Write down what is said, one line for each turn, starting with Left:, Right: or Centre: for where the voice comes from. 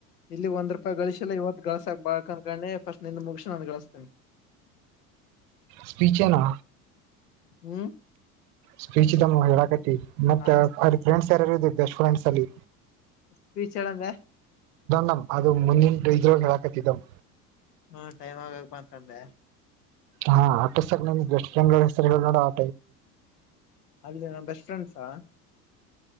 Left: ಇಲ್ಲಿ ಒಂದ್ ರೂಪಾಯಿ ಗಳಿಸಿಲ್ಲ ಇವತ್ತು ಗಳಸಾಕ್ ಬಾಕ್ನ್ ಕೆ ಫಸ್ಟ್ ನಿಂದ ಮುಗಸಿ ನಾನು ಗಳಿಸ್ತೇನಿ
Right: ಸ್ಪೀಚ ಏನಾ
Left: ಹ್ಮ್
Right: ಸ್ಪೀಚ್ ದಲ ನಾ ಹೇಳಕ ಮತ್ತೆ
Left: ಹ
Right: ಅ ಫ್ರೆಂಡ್ಸ್ ಯಾರಾರು ಇದರು ಬೆಸ್ಟ್ ಫ್ರೆಂಡ್ಸ್ ಅಲ್ಲಿ
Left: ಸ್ಪೀಚ್ ಹೇಳಂದೆ
Right: ನಮ ಅದು ಮುಂದೆಂಟು ಇದ್ರೋಳ ಹೇಳಾಕತಿದ್ದವು
Left: ಹಾ ಟೈಮ್ ಆಗಕ್ ಬಂತೊಂದೇ
Right: ಹಾ ಅಟ ಸರ್ ನಿಮಗೆ ಬೆಸ್ಟ್ ಫ್ರೆಂಡ್ ಹೆಸರು ಹೇಳ್ನೋಡ ಆ
Left: ಆದೆ ನಾ ಬೆಸ್ಟ್ ಫ್ರೆಂಡ್ಸಾ